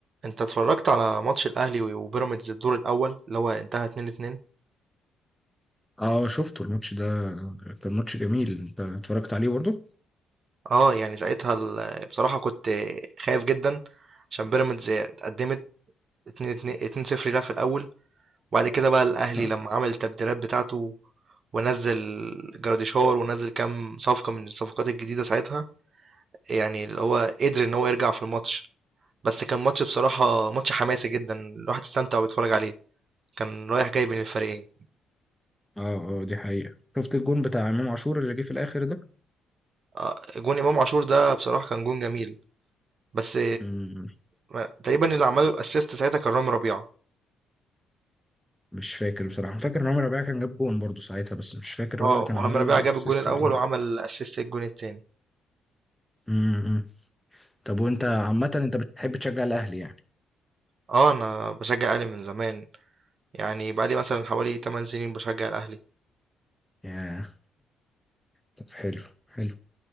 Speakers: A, on the right (about 50°); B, in the centre.
A: انت اتفرجت على ماتش الاهلي وبيراميدز الدور الاول اللي هو انتهى 2-2
B: اه شفته الماتش ده كان ماتش جميل انت اتفرجت عليه برضه
A: اه يعني ساعتها ال- بصراحة كنت خايف جدا عشان بيراميدز اتقدمت 2-2 2-0 لها في الاول وبعد كده بقى الاهلي
B: لا.
A: لما عمل التبديلات بتاعته ونزل جراديشار ونزل كام صفقة من الصفقات الجديدة ساعتها يعني اللي هو قدر ان هو يرجع في الماتش بس كان ماتش بصراحة ماتش حماسي جدا الواحد استمتع ويتفرج عليه كان رايح جاي بين الفريقين
B: اه اه دي حقيقة شفت الجون بتاع امام عاشور اللي جه في الاخر ده
A: آه، جون امام عاشور ده بصراحة كان جون جميل بس
B: مم،
A: ما- تقريبا اللي عمله الاسيست ساعتها كان رامي ربيعة
B: مش فاكر بصراحة فاكر ان عمر ربيعة كان جاب جون برضه ساعتها بس مش فاكر
A: اه
B: هو اللي كان
A: ورامي
B: عمل
A: ربيعة
B: له الاسيست
A: جاب الجون الاول
B: ولا لا
A: وعمل اسيست الجون التاني
B: مم، مم. طب وانت عامة انت بتحب تشجع الاهلي يعني
A: اه انا بشجع الاهلي من زمان يعني بقالي مثلا حوالي 8 سنين بشجع الاهلي
B: يا طب حلو حلو